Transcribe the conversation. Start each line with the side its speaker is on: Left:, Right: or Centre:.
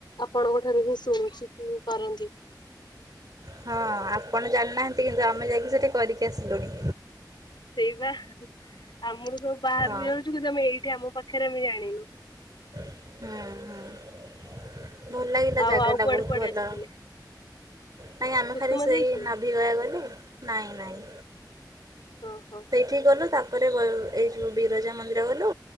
Left: ଆପଣଙ୍କ ଠାରୁ ହିଁ ଶୁଣୁଚି କି କରନ୍ତି।
Right: ହଁ ଆପଣ ଜାଣିନାହାନ୍ତି କିନ୍ତୁ ଆମେ ଯାଇକି ସେଠି କରିକି ଆସିଲୁଣି।
Left: ସେଇ ବା ଆମର ସବୁ ବାହାରକୁ
Right: ହଁ
Left: ଯାଉଚୁ। କିନ୍ତୁ ଆମେ ଏଇଠି ଆମ ପାଖରେ ଆମେ ଜାଣିନୁ।
Right: ଉଁ ହୁଁ। ଭଲ ଲାଗିଲା
Left: ଆଉ
Right: ଜାଗାଟା
Left: ଆଉ କୁଆଡେ
Right: ବହୁତ
Left: କୁଆଡେ
Right: ଭଲ।
Left: ଆସିଥିଲେ
Right: ନାଇଁ ଆମେ
Left: କୁସୁମା
Right: ଖାଲି ସେଇ
Left: ଯାଇଥିଲେ?
Right: ନାଭି ଗୟା ଗଲୁ। ନାଇଁ ନାଇଁ।
Left: <unintelligible>
Right: ସେଇଠିକି ଗଲୁ। ତାପରେ ଏଇ ଯୋଉ ବିରଜା ମନ୍ଦିର ଗଲୁ।